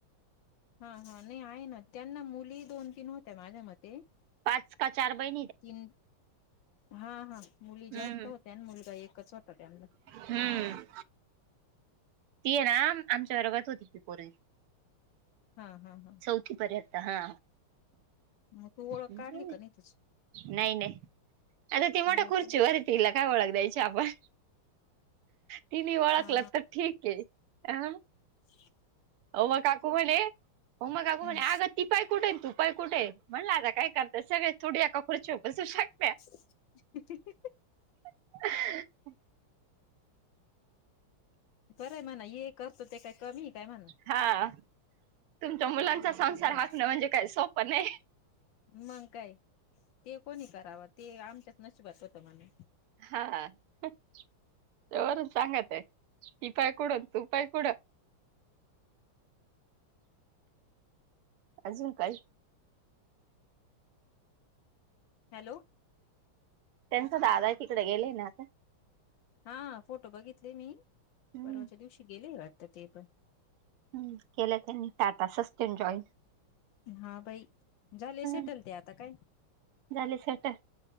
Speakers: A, on the left (about 70°); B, on the right (about 80°).
A: हा हा नाही आहे ना त्यांना मुली दोन तीन होत्या माझ्या मते.
B: पाच. का चार बाई.
A: तीन. हा हा मुली
B: हम्म
A: जास्त होत्या आणि मुलगा एकच होता त्यांनला.
B: हम्म ती आहे ना आमच्या बरोबत होती ती पोर.
A: हा हा हा.
B: <unintelligible> पर्यंत. हा.
A: मग तू ओळख
B: नाही
A: काढली का तिची
B: नाही. आता ती मोठं
A: नाही
B: खुर्च
A: का
B: वर तीला काय ओळख दयची आपण? तिने ओळखलं
A: हा
B: तर ठीक आहे अ.
A: रिकामा ऑडिओ
B: उमा काकू म्हणे उमा काकू
A: हम्म
B: म्हणे आग ती.. तुपाय कुठे तुपाय कुठे आहे म्हणला आता काय करणार सगळे थोडी एका खुर्चीव बसू शकत
A: रिकामा ऑडिओ
B: रिकामा ऑडिओ
A: बरंय म्हणा ये करतो ते काय कमी काय म्हणा.
B: हा तुमच्या मुलांचा संसार
A: अच्छा
B: हाकणं म्हणजे काय सोप नाही.
A: मग काय ते कोणी करावं ते आमच्यात नशिबात होतं म्हणा.
B: हावरून सांगत आहे ती पाय कुडून तू पाय कुड अजून काही..
A: हॅलो.
B: त्यांचा दादा तिकडे गेले ना.
A: हा फोटो बघितले मी
B: हम्म
A: परवाच्या दिवशी गेले आता ते पण.
B: हम् केलं त्यांनी <unintelligible>
A: हा बाई झाले
B: हम्म
A: सटेल ते आता काय?
B: झाले सेटल